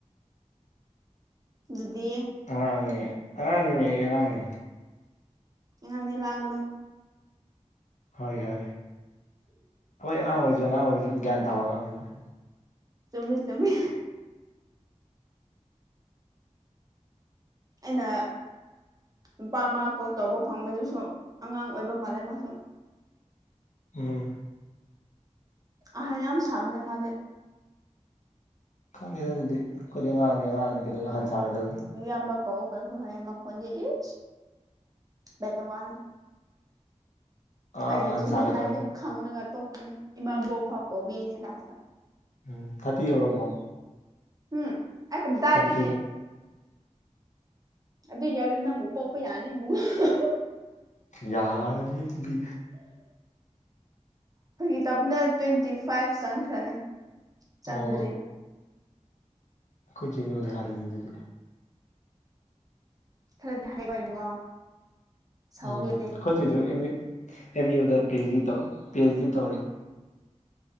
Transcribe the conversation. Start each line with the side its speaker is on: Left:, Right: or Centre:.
Right: ꯗꯨꯗꯤ꯫
Left: ꯑꯉꯥꯡꯅꯦ ꯑꯉꯥꯡꯅꯤ ꯃꯤ ꯑꯩ ꯑꯉꯥꯡꯅꯦ꯫
Right: ꯑꯉꯥꯡꯅꯦ ꯂꯥꯡꯒꯅꯣ꯫
Left: ꯍꯣꯏ ꯍꯣꯏ ꯍꯣꯏ ꯑꯉꯥꯡ ꯑꯣꯏꯔꯁꯨ ꯑꯉꯥꯡ ꯑꯣꯏꯔꯁꯨ ꯒ꯭ꯌꯥꯟ ꯇꯥꯕ ꯑꯉꯥꯡꯅꯤ ꯑꯈꯣꯏ꯫
Right: ꯆꯨꯝꯃꯤ ꯆꯨꯝꯃꯤ꯫ ꯑꯩꯅ ꯅꯨꯄꯥ ꯑꯃ ꯀꯣꯜ ꯇꯧꯕ ꯐꯪꯕꯗꯨꯁꯨ ꯑꯉꯥꯡ ꯑꯣꯏꯕ ꯃꯥꯜꯂꯦ ꯃꯥꯁꯨ꯫
Left: ꯎꯝ꯫
Right: ꯑꯍꯜ ꯌꯥꯝ ꯁꯥꯕꯅꯦ ꯃꯥꯗꯤ꯫
Left: ꯈꯪꯗꯦꯗ ꯑꯗꯨꯗꯤ ꯑꯩꯈꯣꯏꯗꯤ ꯑꯉꯥꯡꯗꯤ ꯑꯉꯥꯡꯅꯤ ꯀꯩꯗꯧꯕꯩ ꯑꯍꯟ ꯁꯥꯒꯗꯧ
Right: ꯏꯌꯥꯝꯕ ꯀꯧ ꯒꯥꯏꯁꯨ ꯍꯥꯏ ꯈꯣꯟꯗꯤ ꯎꯁ ꯄꯦꯇꯥ ꯋꯥꯅꯤ꯫
Left: ꯑꯉꯥꯡ
Right: ꯑꯩꯒꯤ
Left: ꯑꯍꯟ
Right: ꯆꯍꯤ
Left: ꯁꯥꯒꯗꯧꯔꯅꯤ
Right: ꯍꯥꯏꯗꯤ ꯈꯪꯉꯒ ꯇꯣꯛꯀꯅꯤ ꯏꯃꯥ ꯕꯣꯛ ꯐꯥꯎ ꯀꯧꯕꯤꯅꯤ ꯂꯥꯁꯇ꯫
Left: ꯎꯝ ꯊꯥꯔꯇꯤ ꯌꯎꯔꯕꯣ꯫
Right: ꯍꯨꯝ ꯑꯦ ꯀꯥꯗꯥꯏꯗꯒꯤ꯫
Left: ꯊꯥꯔꯇꯤ
Right: ꯑꯗꯨ ꯌꯧꯎꯔꯗꯤ ꯅꯪꯕꯨ ꯄꯣꯛꯄ ꯌꯥꯅꯤ ꯏꯕꯨꯡꯉꯣ꯫
Left: ꯌꯥꯔꯦ ꯑꯗꯨꯗꯤ꯫
Right: ꯐꯥꯒꯤ ꯇꯧꯕꯅꯦ ꯇ꯭ꯋꯦꯟꯇꯤ ꯐꯥꯏꯚ ꯆꯪꯈ꯭ꯔꯅꯤ꯫ ꯆꯪꯗ꯭ꯔꯤ꯫
Left: ꯑꯣ ꯑꯩꯈꯣꯏ ꯆꯦꯅꯕꯨꯗꯤ ꯍꯜꯂꯤꯅꯦ ꯑꯗꯨꯗꯤ꯫
Right: ꯈꯔꯗꯤ ꯍꯜꯂꯤꯀꯣ ꯏꯕꯨꯡꯉꯣ ꯁꯥꯎꯕ
Left: ꯎꯝ
Right: ꯌꯥꯗꯦ꯫
Left: ꯑꯩꯈꯣꯏ ꯆꯦꯁꯨ ꯑꯦꯝ ꯌꯨ ꯑꯦꯝ ꯌꯨꯗ ꯄꯤ ꯑꯩꯁ ꯗꯤ ꯇꯧ ꯄꯤ ꯑꯩꯁ ꯗꯤ ꯇꯧꯔꯤ꯫